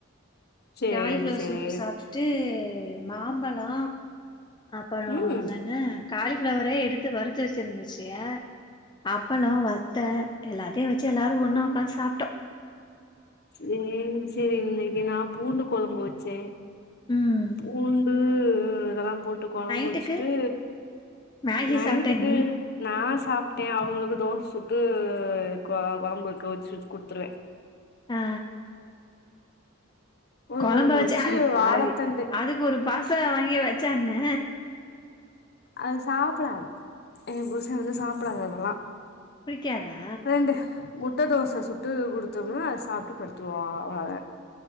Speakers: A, on the left; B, on the left.
A: சேரி
B: காலிஃபிளவர்
A: சேரி
B: சூப்பு சாப்ட்டுட்டு மாம்பழொ அப் அப்பறோ
A: ம்
B: என்னன்னா காலிஃபிளவரே எடுத்து வருத் த்து வச்சிருந்துச்சியா அப்பளோ வத்த டு எல்லாத்தையு சி எல்லாரு ஒண்ணா
A: ம்
B: உக்காந்து சாப்பிட்டோம்
A: சேரி சேரி இன்னைக்கு நா பூண்டு கொழம்பு வச்சே
B: ம்
A: பூண்டு இதெல்லா போட்டு கொழம்பு
B: நைட்டுக்கு
A: வச்சிட்டு
B: மேகி
A: நைட்டுக்கு
B: சாப்ட்ட நீ
A: நா சாப்ட்டே அவங்களுக்கு தோச சுட்டு கொ கொழம்பு இருக்கு வச்சி குடுத்துருவே
B: ஆ
A: பூண்டு
B: கொழம்ப
A: கொழம்பு
B: வச்சு அடிப்பாவி
A: வாழத்தண்டு
B: அதுக்கு ஒரு பாஸ்தா வாங்கி வை சொன்ன
A: அது சாப்பிடாது என் புருஷ வந்து சாப்பிடாது அதெல்லா
B: பிடிக்காதா
A: ரெண்டு முட்ட தோச சுட்டு குடுத்தோம்னா அத சாப்ட்டு படுத்துடுவா அவ்ளோதா